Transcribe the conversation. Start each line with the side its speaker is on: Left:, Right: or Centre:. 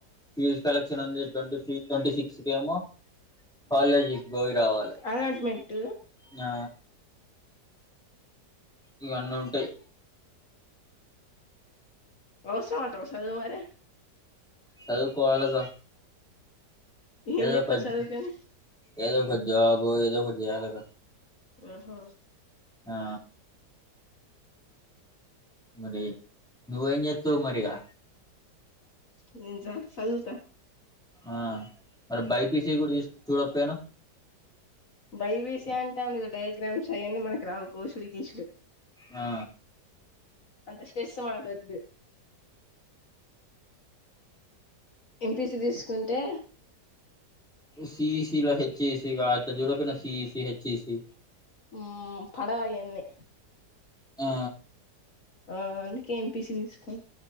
Centre: ఫీజ్ కలెక్షన్ ఉంది ట్వంటీ ఫీ ట్వంటీ సిక్స్ కి ఏమో కాలేజీకి పోయి రావాలే
Left: అలాట్మెంట్
Centre: ఆ ఇవన్ని ఉంటయి
Left: అవసరం అంటావా సదువు మరి
Centre: సదువుకోవాలిగా
Left: ఏం
Centre: ఏదో
Left: చెత్తవ్
Centre: ఒకట్
Left: చదువుకని
Centre: ఏదోక జాబ్ ఏదో ఒకట్ చేయాలిగా
Left: ఆహా
Centre: ఆ మరి నువ్వు ఏం చేత్తవ్ మరిగా
Left: నేన్ జాబ్ చదువుత
Centre: ఆ మరి బైపీసి కూడా తీసు చూడపోయానవ్
Left: బైపీసి అంటే అందుల డయాగ్రామ్స్ అయన్నీ మనకు రావు కోసుడు గీసుడు
Centre: ఆ
Left: అంత స్టెస్సు మనకొద్దు ఎంపీసి తీసుకుంటే
Centre: సిఇసిలో హెచ్చిసిగా అట్లా చూడపోయినావ్ సిఇసి హెచ్చిసి
Left: ఉ పడవు అయన్ని
Centre: ఆ
Left: ఆ అందుకే ఎంపీసి తీసుకున్